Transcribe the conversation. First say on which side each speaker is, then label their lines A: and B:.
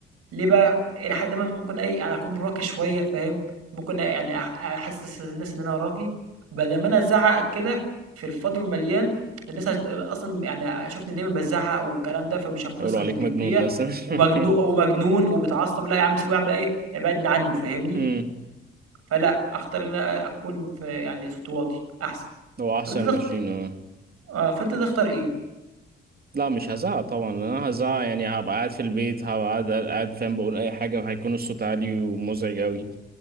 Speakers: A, on the right; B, on the right.
A: ليه بقى؟ إلى حدٍ ما ممكن إيه، أنا هاكون راقي شوية فاهم، ممكن يعني أح أحسس الناس إن أنا راقي، بدل ما أنا أزعّق كده في الفاضي والمليان، الناس هت أصلًا يعني هيشوفني دايمًا بازعّق والكلام ده، فمش هياخدوني
B: هيقولوا
A: أصلًا
B: عليك
A: بجدية
B: مجنون مثلا <laughs>
A: ومجنو ومجنون وبيتعصب، لا يا عم سيبه يا عم إيه، ابعدنا عنه فاهمني؟
B: امم
A: فلا اختار ان انا اكون في يعني صوتي واطي احسن
B: هو احسن
A: طب انت تخت...
B: ماشيين اه
A: اه فانت تختار ايه
B: لا مش هزعق طبعا لأن انا هزعق يعني هبقى قاعد في البيت هبقى قاعد قاعد فاهم بقول اي حاجه وهيكون الصوت عالي ومزعج قوي